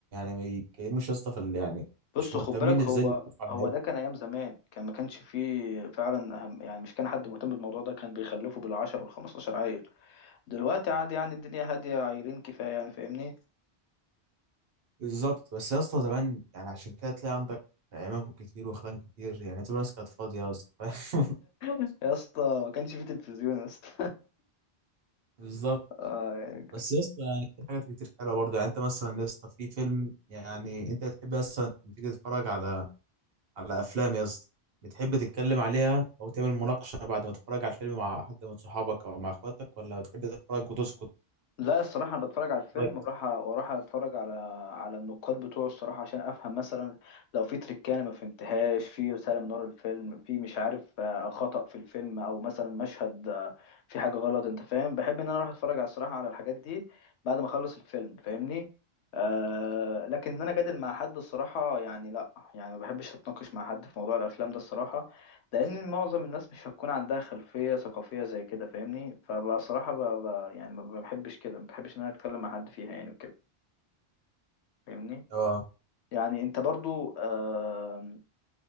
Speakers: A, on the right; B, on the left.
A: ما يتكلموش يا اسطى في ال- يعني
B: بص
A: مش مهتمين
B: خد بالك هو
A: ازاي يخلفوا
B: هو
A: عيال.
B: ده كان ايام زمان كان ما كانش فيه فعلا اهم يعني مش كان حد مهتم بالموضوع ده كان بيخلفوا بالعشر وال15 عيل دلوقتي عادي يعني الدنيا هاديه عيلين كفايه يعني فاهمني
A: بالظبط بس يا اسطى زمان يعني عشان كده تلاقي عندك امام كتير وخلان كتير يعني تبقى الناس كانت فاضيه يا اسطى فاهم؟
B: يا اسطى ما كانش فيه تلفزيون يا اسطى
A: <laughs> بالظبط
B: <laughs> آه،
A: بس يا اسطى يعني في حاجات كتير حلوه برضه يعني انت مثلا يا اسطى في فيلم يعني انت بتحب مثلا لما تيجي تتفرج على على افلام يا اسطى بتحب تتكلم عليها او تعمل مناقشه بعد ما تتفرج على الفيلم مع حد من صحابك او مع اخواتك ولا بتحب تتفرج وتسكت
B: لا الصراحة أنا بتفرج على الفيلم
A: رأيك يعني؟
B: وأروح وأروح أتفرج على على النقاد بتوعه الصراحة عشان أفهم مثلا لو في تريكة أنا ما فهمتهاش في رسالة من ورا الفيلم في مش عارف آه، خطأ في الفيلم أو مثلا مشهد آه، في حاجة غلط أنت فاهم بحب إن أنا أروح أتفرج على الصراحة على الحاجات دي بعد ما أخلص الفيلم فاهمني آه لكن إن أنا جادل مع حد الصراحة يعني لا يعني ما بحبش أتناقش مع حد في موضوع الأفلام ده الصراحة لان معظم الناس مش هتكون عندها خلفيه ثقافيه زي كده فاهمني فبصراحه ب... ب... يعني ما بحبش كده ما بحبش ان انا اتكلم مع حد فيها يعني وكده فاهمني
A: اه
B: يعني انت برضو آه...